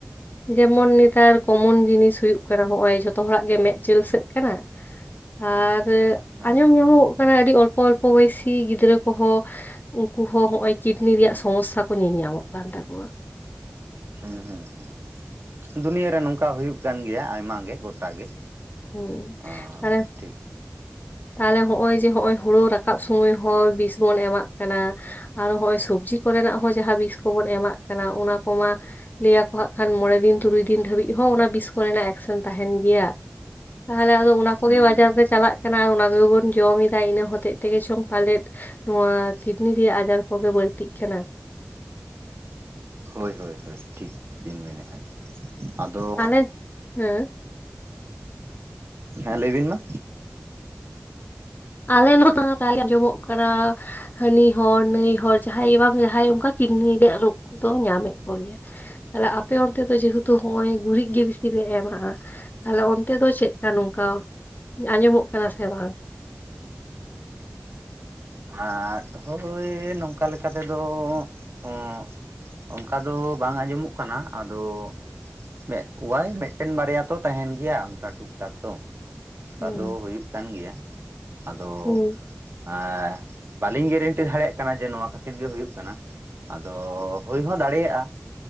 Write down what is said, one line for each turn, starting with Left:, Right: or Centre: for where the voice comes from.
Left: ᱡᱮᱢᱚᱱ ᱱᱮᱛᱟᱨ ᱠᱚᱢᱚᱱ ᱡᱤᱱᱤᱥ ᱦᱩᱭᱩᱜ ᱠᱟᱱᱟ ᱦᱚᱸᱜ-ᱚᱭ ᱡᱚᱛᱚ ᱦᱚᱲᱟᱜ ᱜᱮ ᱢᱮᱫ ᱪᱤᱞᱥᱟᱹᱜ ᱠᱟᱱᱟ ᱟᱨ
Right: ᱦᱮᱸ
Left: ᱟᱸᱡᱚᱢ ᱧᱟᱢᱚᱜᱚᱜ ᱠᱟᱱᱟ ᱟᱹᱰᱤ ᱚᱞ ᱠᱚ ᱚᱞᱯᱚ ᱵᱚᱭᱮᱥᱤ ᱜᱤᱫᱽᱨᱟᱹ ᱠᱚᱦᱚᱸ ᱩᱱᱠᱩ ᱦᱚᱸ ᱦᱚᱜ-ᱚᱭ ᱠᱤᱰᱱᱤ ᱨᱮᱭᱟᱜ ᱥᱚᱢᱚᱥᱟ ᱠᱚ ᱧᱮᱞ ᱧᱟᱢᱚᱜ ᱠᱟᱱ ᱛᱟᱠᱚᱣᱟ ᱾
Right: ᱦᱩᱸ ᱦᱩᱸ ᱦᱩᱸ ᱫᱩᱱᱭᱟᱹ ᱨᱮ ᱱᱚᱝᱠᱟ ᱦᱩᱭᱩᱜ ᱠᱟᱱ ᱜᱮᱭᱟ ᱟᱭᱢᱟ ᱜᱮ ᱜᱚᱴᱟ ᱜᱮ᱾
Left: ᱦᱩᱸ
Right: ᱟᱸ
Left: ᱛᱟᱦᱞᱮ
Right: ᱴᱷᱤᱠ ᱾
Left: ᱛᱟᱦᱚᱞᱮ ᱦᱚᱜ-ᱚᱭ ᱡᱮ ᱦᱚᱜ-ᱚᱭ ᱦᱩᱲᱩ ᱨᱟᱠᱟᱵ ᱥᱚᱢᱚᱭ ᱦᱚᱸ ᱵᱤᱥ ᱵᱚᱱ ᱮᱢᱟᱜ ᱠᱟᱱᱟ ᱟᱨ ᱦᱚᱜ-ᱚᱭ ᱥᱚᱵᱡᱤ ᱠᱚ ᱨᱮᱱᱟᱜ ᱦᱚᱸ ᱡᱟᱦᱟᱸ ᱵᱤᱥ ᱠᱚᱵᱚᱱ ᱮᱢᱟᱜ ᱠᱟᱱᱟ ᱚᱱᱟ ᱠᱚᱢᱟ ᱞᱟᱹᱭ ᱟᱠᱚ ᱦᱟᱸᱜ ᱠᱷᱟᱱ ᱢᱚᱬᱮ ᱫᱤᱱ ᱛᱩᱨᱩᱭ ᱫᱤᱱ ᱫᱷᱟᱹᱵᱤᱡ ᱦᱚᱸ ᱚᱱᱟ ᱵᱤᱥ ᱠᱚ ᱨᱮᱱᱟᱜ ᱮᱠᱥᱮᱱ ᱛᱟᱦᱮᱱ ᱜᱮᱭᱟ ᱛᱟᱦᱚᱞᱮ ᱟᱫᱚ ᱚᱱᱟ ᱠᱚᱜᱮ
Right: ᱦᱩᱸ ᱦᱩᱸ
Left: ᱵᱟᱡᱟᱨ
Right: ᱦᱩᱸ
Left: ᱨᱮ ᱪᱟᱞᱟᱜ ᱠᱟᱱᱟ ᱚᱱᱟ ᱠᱚᱜᱮ ᱵᱚᱱ ᱡᱚᱢ ᱮᱫᱟ ᱤᱱᱟᱹ ᱦᱚᱛᱮᱡ ᱛᱮᱜᱮ ᱪᱚᱝ ᱯᱟᱞᱮᱫ, ᱱᱚᱣᱟ ᱠᱤᱰᱱᱤ ᱨᱮᱭᱟᱜ ᱟᱡᱟᱨ ᱠᱚᱜᱮ ᱵᱟᱹᱲᱛᱤᱜ ᱠᱟᱱᱟ᱾
Right: ᱦᱳᱭ ᱦᱳᱭ ᱦᱳᱭ ᱴᱷᱤᱠ ᱵᱤᱱ ᱢᱮᱱᱮᱫ-ᱟ ᱟᱫᱚ
Left: ᱟᱞᱮ ᱦᱮᱸ
Right: ᱦᱮᱸ ᱞᱟᱹᱭ ᱵᱤᱱ ᱢᱟ?
Left: ᱟᱞᱮ ᱦᱚᱛᱚ ᱛᱟᱦᱚᱞᱮ ᱟᱸᱡᱚᱢᱚᱜ ᱠᱟᱱᱟ ᱦᱟᱹᱱᱤ ᱦᱚᱲ ᱱᱟᱹᱭ ᱦᱚᱲ ᱡᱟᱦᱟᱸᱭ ᱜᱮ ᱵᱟᱝ ᱡᱟᱦᱟᱸᱭ ᱚᱱᱠᱟ ᱠᱤᱰᱱᱤ ᱨᱮᱭᱟᱜ ᱨᱳᱜ ᱠᱚᱫᱚ ᱧᱟᱢᱮᱫ ᱠᱚ ᱜᱮᱭᱟ ᱾ ᱟᱨ ᱟᱯᱮ ᱚᱱᱛᱮ ᱫᱚ ᱡᱮᱦᱩᱛᱩ ᱦᱚᱜ-ᱚᱭ ᱜᱩᱨᱤᱡ ᱜᱮ ᱵᱮᱥᱛᱤ ᱯᱮ ᱮᱢᱟᱜ-ᱟ ᱾ ᱛᱟᱦᱚᱞᱮ ᱚᱱᱛᱮ ᱫᱚ ᱪᱮᱫ ᱠᱟ ᱱᱚᱝᱠᱟ ᱟᱸᱡᱚᱢᱚᱜ ᱠᱟᱱᱟ ᱥᱮ ᱵᱟᱝ?
Right: ᱟᱸᱜ ᱦᱳᱭ ᱱᱚᱝᱠᱟ ᱞᱮᱠᱟ ᱛᱮᱫᱚ ᱚᱸᱜ ᱚᱱᱠᱟ ᱫᱚ ᱵᱟᱝ ᱟᱸᱡᱚᱢᱚᱜ ᱠᱟᱱᱟ ᱟᱫᱚ ᱢᱮᱜ ᱠᱳᱣᱟᱭ ᱢᱤᱫᱴᱮᱱ ᱵᱟᱨᱭᱟ ᱛᱚ ᱛᱟᱦᱮᱱ ᱜᱮᱭᱟ ᱚᱱᱠᱟ ᱴᱩᱠ ᱴᱟᱠ ᱫᱚ᱾ ᱚᱱᱠᱟ
Left: ᱦᱩᱸ
Right: ᱫᱚ ᱦᱩᱭᱩᱜ ᱠᱟᱱ ᱜᱮᱭᱟ ᱾ ᱟᱫᱚ
Left: ᱦᱩᱸ
Right: ᱮᱸᱻ ᱵᱟᱹᱞᱤᱧ ᱜᱮᱨᱮᱱᱴᱤ ᱫᱟᱲᱮᱭᱟᱜ ᱠᱟᱱᱟ ᱡᱮ ᱱᱚᱣᱟ ᱠᱷᱟᱹᱛᱤᱨ ᱜᱮ ᱦᱩᱭᱩᱜ ᱠᱟᱱᱟ ᱾ ᱟᱫᱚ ᱦᱩᱭ ᱦᱚᱸ ᱫᱟᱲᱮᱭᱟᱜᱼᱟ᱾